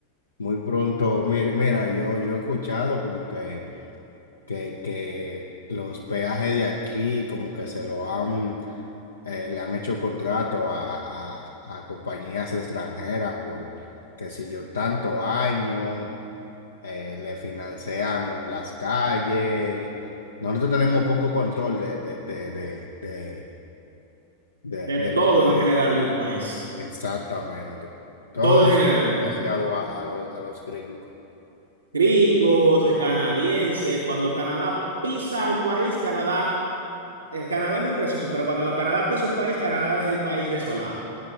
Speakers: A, on the left; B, on the right.
A: Muy pronto, mira, mira, yo, yo he escuchado como que, que, que los peajes de aquí como que se lo han, eh, le han hecho contrato a, a, a compañías extranjeras por, que si yo, tanto año. eh, le financian las calles. Nosotros tenemos poco control de, de, de, de, de, de-
B: de
A: de
B: todo
A: los... de-
B: en general del país,
A: exactamente. Todos
B: todo en general,
A: financiados a, a los, a los gringos.
B: gringos, eh, canadienses, cuando Canadá pisa un país, Canadá, el Canadá es muy precioso, pero cuando Canadá pisa un país, Canadá es el país desolado,